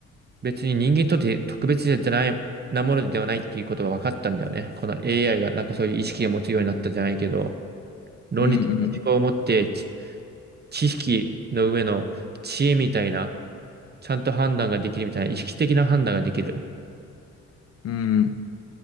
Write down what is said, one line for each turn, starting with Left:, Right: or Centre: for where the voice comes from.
Right: 別に人間にとって特別じゃない、なものではないっていうことが分かったんだよね。この AI がなんかそういう意識を持つようになったじゃないけど、論理的な思考を持って知、
Left: うん、
Right: 知識の上の知恵みたいな、ちゃんと判断ができるみたいな、意識的な判断ができる。
Left: うん、